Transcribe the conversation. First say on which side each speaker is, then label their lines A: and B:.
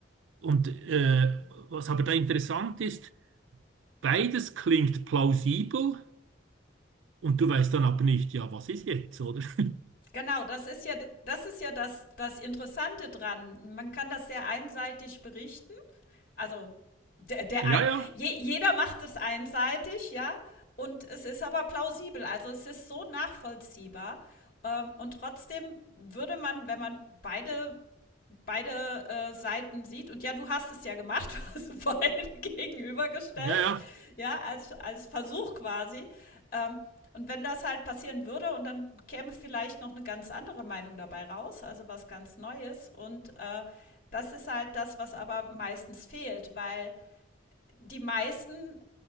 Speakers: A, on the right; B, on the left.
A: Und äh, was aber da interessant ist, Beides klingt plausibel und du weißt dann aber nicht, ja, was ist jetzt, oder? <laughs>
B: Genau, das ist ja das ist ja das, das Interessante dran. Man kann das sehr einseitig berichten Also der, der
A: Ja, ja,
B: je, jeder macht es einseitig, ja. Und es ist aber plausibel. Also es ist so nachvollziehbar. Ähm, und trotzdem würde man, wenn man beide beide äh, Seiten sieht. Und ja, du hast es ja gemacht, <laughs> du hast beide <laughs> gegenübergestellt,
A: ja, ja,
B: ja, als, als Versuch quasi. Ähm, und wenn das halt passieren würde und dann käme vielleicht noch eine ganz andere Meinung dabei raus, also was ganz Neues. Und äh, das ist halt das, was aber meistens fehlt, weil die meisten